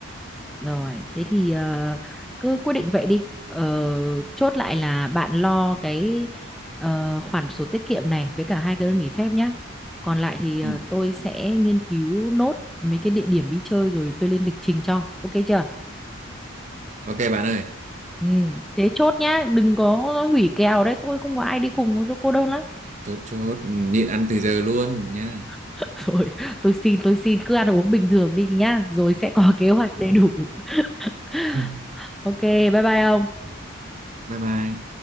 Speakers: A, in the centre; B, on the right.
A: Rồi, thế thì ờ, cứ quyết định vậy đi. Ờ, chốt lại là bạn lo cái ờ, khoản sổ tiết kiệm này với cả hai cái đơn nghỉ phép nhá. Còn lại thì ờ,
B: Ừ.
A: tôi sẽ nghiên cứu nốt mấy cái địa điểm đi chơi rồi tôi lên lịch trình cho. Ok chưa?
B: Ok bạn ơi,
A: Ừ, thế chốt nhá, đừng có hủy kèo đấy, tôi không có ai đi cùng, tôi cô đơn lắm.
B: chốt chốt nhịn ăn từ giờ luôn nha.
A: <laughs> Rồi, tôi xin, tôi xin, cứ ăn uống bình thường đi nhá, rồi sẽ có <laughs> kế hoạch đầy đủ. <laughs>
B: <laughs>
A: Ok, bye bye ông.
B: Bye bye.